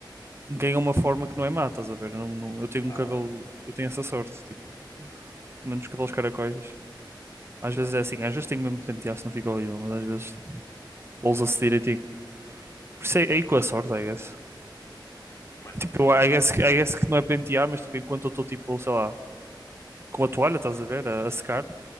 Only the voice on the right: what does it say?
ganha uma forma que não é má, estás a ver? Eu, não- não- eu tenho
um cabelo, eu tenho essa sorte, tipo, pelo menos cabelos caracóis. Às vezes é assim, às vezes tenho mesmo que pentear se não fica horrível, mas às vezes tipo, pousa-se
direitinho. Por isso é, é aí com a sorte, I guess.
Tipo,
eu- I guess, que- I guess que não é pentear, mas tipo, enquanto eu estou tipo, sei lá, com a toalha, estás a ver, a, a secar,